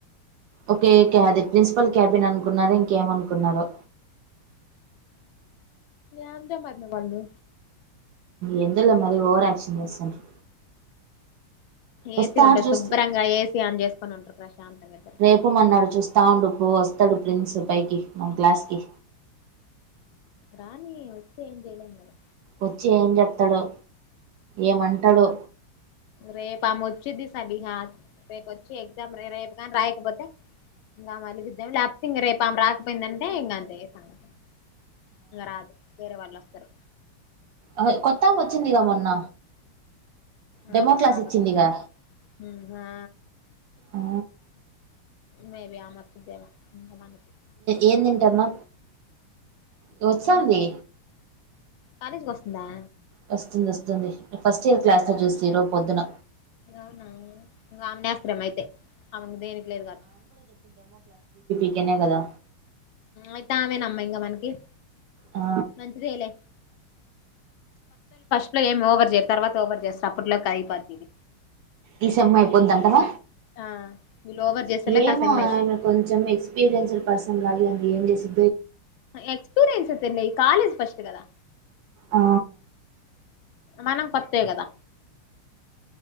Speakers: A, on the right (about 70°); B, on the left (about 75°).
A: ఓకే క్యాబిన్ ప్రిన్సిపల్ క్యాబిన్ అనుకున్నాదో ఇంకేమనుకున్నారో
B: ఎందో మరిన వాళ్ళు
A: ఎందోలే మరి ఓవర్ యాక్షన్ చేస్తాడ్రు
B: ఏసీ
A: వస్తాడు
B: ఉంటది
A: చూస్తి
B: శుభ్రంగా ఏసీ ఆన్ చేసుకొని ఉంటారు ప్రశాంతంగా ఇద్దరు
A: రేపు మోన్నాడు చూస్తా ఉండుపో వస్త తరుడు ప్రిన్స్ పైకి మమ్ క్లాస్ కి
B: రానీ వస్తే ఏం చేయలేం కదా
A: వచ్చి ఏం చెప్తాడో ఏమంటాడో
B: రేపు ఆమే వచ్చిద్ది సబిహా రేపు వచ్చి ఎగ్జామ్ రే రేపు కాని రాయకపోతే ఇంకా ఆమె అలిగిద్దెమో లేకపోతే ఇంక రేపు ఆమె రాకపోయిందంటే ఇంకా అంతే సంగతి ఇంకా రాదు వేరే వాళ్ళు వస్తారు
A: ఆ కొత్తాం ఆమె వచ్చింది గా మొన్న డెమో
B: ఆ
A: క్లాస్
B: ఆమకు
A: ఇచ్చిందిగా
B: మ్ హా
A: ఆ
B: మే బి ఆమె వచ్చిదేమో మ్
A: ఏం తింటరుమా దో వచ్చాంది
B: మొన్న కాలేజ్కి వస్తుందా
A: వస్తుంది వస్తుంది ఫస్ట్ టైమ్ క్లాస్ లో చూస్తి ఈరోజు పొద్దున
B: అవునా ఇంక ఆమెనే ఎస్టారేమో అయితే ఆమె దేనికి లేదు కాదు
A: ఈయనే కదా
B: అయితే ఆమెనమ్మా ఇంకా మనకి
A: ఆ
B: మంచిదేలే ఇపట్లో ఏమి ఓవర్ చేయరు తర్వాత ఓవర్ చేస్తరూ అప్పట్లో కిపోతాదిది
A: ఈ సెమ్ అయిపోద్ధంటావ
B: ఆ వీళ్ళు ఓవర్ చేసేలోకి
A: ఏమో
B: ఆ సెమ్ అయిపోద్ది
A: ఆయన కొంచెం ఎక్స్పీరియయన్స్డ్ పర్సన్ లాగ ఏం చేసి
B: ఎక్స్పీరియన్స్ వదిలే కాలేజ్ ఫస్ట్ కదా
A: ఆ
B: మనం కొత్తే కదా